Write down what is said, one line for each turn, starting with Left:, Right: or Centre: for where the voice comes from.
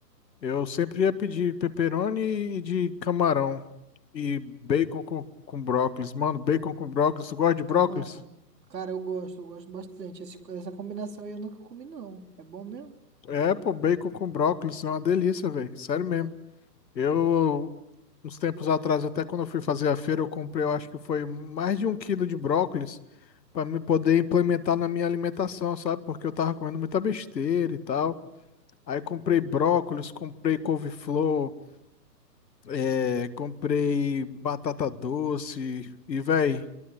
Left: Eu sempre ia pedir pepperoni e de camarão. E bacon com, com brócolis. Mano, bacon com brócolis. Tu gosta de brócolis?
Right: Camarão. Cara, eu gosto, eu gosto bastante. Esse- essa combinação aí eu nunca comi, não. É bom mesmo?
Left: É, pô, bacon com brócolis é uma delícia, velho. Sério mesmo. Eu,
Right: Hum,
Left: uns tempos atrás, até quando eu fui fazer a feira, eu comprei, eu acho que foi mais de um quilo de brócolis pra me poder implementar na minha alimentação, sabe? Porque eu tava comendo muita besteira e tal. Aí comprei brócolis, comprei couve-flor, é, comprei batata doce e, velho.